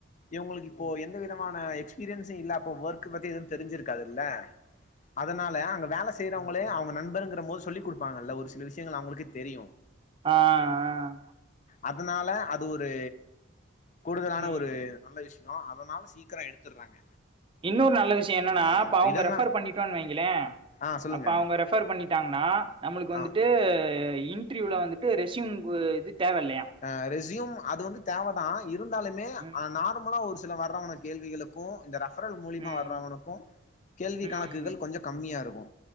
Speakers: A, on the left (about 35°); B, on the right (about 25°).
A: இவுரங்களுக்கு இப்போ எந்த விதமான எக்ஸ்பீரியன்ஸு இல்ல அப்போ ஒர்க் பத்தி எதும் தெருஞ்சுருக்காதுல்ல அதனால அங்க வேல செய்றவுங்களே அவுங்க நண்பருங்குற மோது சொல்லி குடுப்பாங்கல்ல ஒரு சில விஷ்யங்கள் அவுங்களுக்கே தெரியு
B: ஆ ஆ
A: அதனால அத் அது ஒரு கூடுதலான
B: ம்
A: ஒரு நல்ல விஷ் ஷ்யோ அதனால சீக்கிரோ எடுத்துடுறாங்க
B: இன்னொரு நல்ல விஷ்யோ என்னன்னா
A: ஆ
B: இப்ப அவுங்க
A: இதெல்லா
B: ரெஃபர் பண்ணிட்டோன் வெயுங்களே
A: ஆ சொல்லுங்க
B: அப்ப அவுங்க ரெஃபர் பண்ணி ட்டாங்கன்னா நம்மளுக்கு வந்துட்டு
A: ஆ
B: இ இன்டர்வியூல வந்துட்டு ரெஸ்சியூம்கு இது தேவ இல்லையா
A: அ ரெஸ்யூம் அது வந்து தேவதா இருந்தாலுமே
B: ம்
A: அ நார்மலா ஒருஸ் த்துல வர்றவன கேள்விகக்கு இந்த ரஃ ரெஃபரல் மூலிமா
B: ம்
A: வர்றவனுக்கு கேள்வி
B: ம்
A: கணக்குகள் கொஞ்சோ கம்மியா இருக்கு